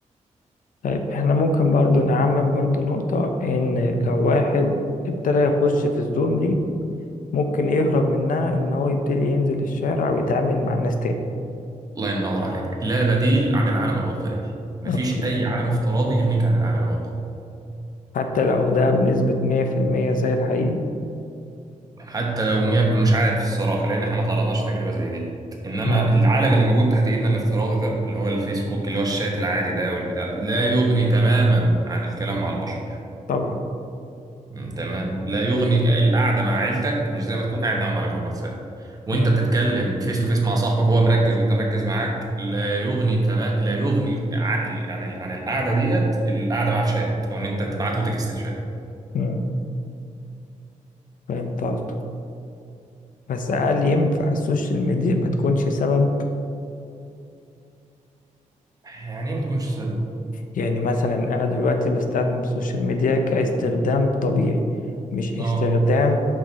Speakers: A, on the left; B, on the right.
A: طيب احنا ممكن برضو نعمم برضو نقطة ان لو واحد ابتدى يخش في الزون دي ممكن يهرب منها ان هو يبتدي ينزل الشارع ويتعامل مع الناس تاني
B: الله ينور عليك لا بديل عن العالم الواقعي مفيش
A: اوكي
B: اي عالم افتراضي يغنيك عن العالم الواقعي
A: حتى لو ده بنسبة مية في المية زي الحقيقي
B: حتى لو مي- مش عارف الصراحه لان احنا ما تعرضناش لتجربه زي دي انما
A: نعم
B: العالم اللي موجود تحت ايدنا الافتراضي ده اللي هو الفيسبوك اللي هو الشات العادي ده والبتاع لا يغني تماما عن الكلام مع البشر
A: طبعا
B: مم، تمام لا يغني القعده مع عيلتك مش زي ما تكون قاعد معاهم على جروب واتساب وانت
A: مم.
B: بتتكلم فيس تو فيس مع صاحبك وهو مركز وانت مركز معاك لا يغني تمام لا يغني ع- ال- عن ال- عن القعده ديت القعده معاه في شات او ان انت تبعت له تكست في شات
A: مم. فهمت قصدك بس هل ينفع السوشيال ميديا ما تكونش سبب
B: يعني ايه ما تكونش سبب
A: يعني مثلا أنا دلوقتي بستخدم السوشيال ميديا كاستخدام طبيعي مش استخدام
B: اه